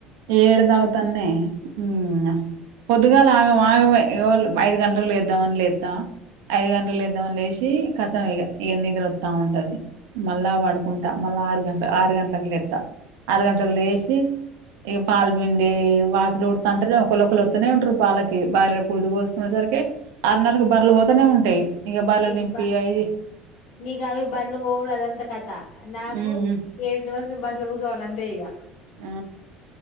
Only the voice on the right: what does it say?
ఏడతాగుతన్నే ఇంగా పొద్దుగాల ఆగం ఆగం మే ఇగో ఐదు గంటలకు లేద్దామని లేత్తా ఐదు గంటలు లేద్దామని లేశి కతం ఇగ ఇగా నిద్రా అత్తా ఉంటది. మళ్ళా పడుకుంటా, మళ్ళా ఆరు గంట ఆరు గంటలకు లేత్తా. ఆరు గంటలకు లేశి ఇగ పాల్పిండి వాకులుడుతంటేనే ఒకళ్ళు ఒకళ్ళు అత్తనే ఉంటరు పాలకి. బర్రెకు కుడిది పోసుకునేసరికి ఆరున్నరకి బర్రేలు పోతా నే ఉంటయి. ఇగ బర్రెలు
నిప్పి
అయి
ఉమ్
ఆ